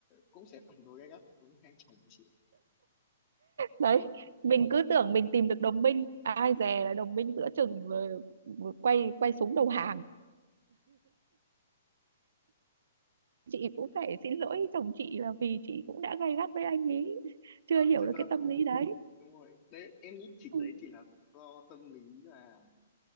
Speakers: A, on the left; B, on the right.
A: cũng sẽ phản đối gay gắt đối với anh chồng của chị
B: đấy
A: đúng không ạ
B: mình cứ tưởng mình tìm được đồng minh ai dè là đồng minh giữa chừng vừa, vừa quay quay súng đầu hàng chị cũng phải xin lỗi chồng chị là vì chị cũng đã gay gắt với anh ấy
A: và
B: chưa hiểu
A: thật
B: được
A: ra
B: cái tâm lý đấy
A: đúng rồi đấy em nghĩ chị
B: ừ.
A: đấy chỉ là do tâm lý là